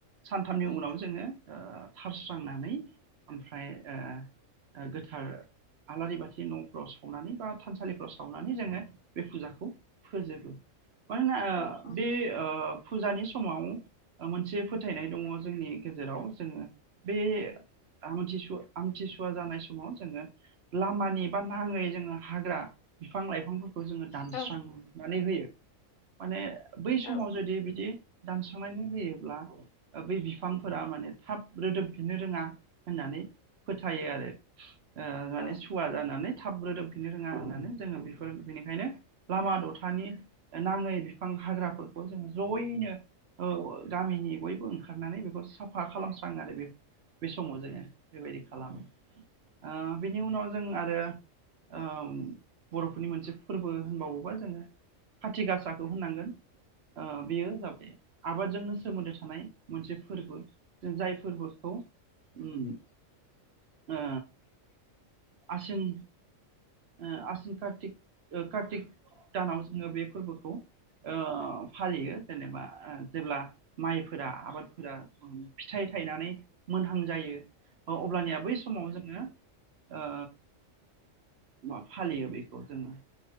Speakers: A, on the right; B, on the left.
A: सानथामनि
B: औ
A: उनाव जोङो आ थारस्रांनानै ओमफ्राय आ गोथार आलारि बाथि नफ्राव सा - -वनानै बा थानसालिफ्राव सावनानै जोङो बे फुजाखौ फोजोबो मानोना
B: औ औ
A: बे आ फुजानि समाव मोनसे फोथायनाय दङ जोंनि गेजेराव जोङो बे आमथिसुवा आमथिसुवा जानाय समाव जोङो लामानि बा नाङै जोङो हाग्रा बिफां लाइफांफोरखौ जोङो दानस्रांनानै
B: औ
A: होयो माने बै समाव
B: नोंथां
A: जुदि बिदि दानस्रांनानै होयोब्ला बै बिफांफोरा माने थाब रोदोमफिननो रोङा होननानै फोथायो आरो ओ माने
B: औ
A: सुवा जानानै थाब रोदोमफिननो रोङा होननानै जोङो बेफोर बेनिखायनो लामा दथा -नि नाङै बिफां हाग्राफोरखौ जोङो जयैनो गामिनि बयबो ओंखारनानै बेखौ साफा खालामस्राङो आरो बे बे समाव जोङो बेबायदि खालामो आ बेनि उनाव जों आरो आम बरफोरनि मोनसे फोरबो होनबावोबा जोङो खाथि गासाखौ होननांगोन आ बेयो जाबाय आबादजोंनो सोमोन्दो थानाय मोनसे फोरबो जाय फोरबोखौ उम आ आसिन आ आसिन कार्तिक कार्तिक दानाव जोङो बे फोरबोखौ ओ फालियो जेनेबा जेब्ला माइफोरा आबादफोरा फिथाइ थायनानै मोनहां जायो अब्लानिया बै समाव जोङो ओ मा फालियो बेखौ जोङो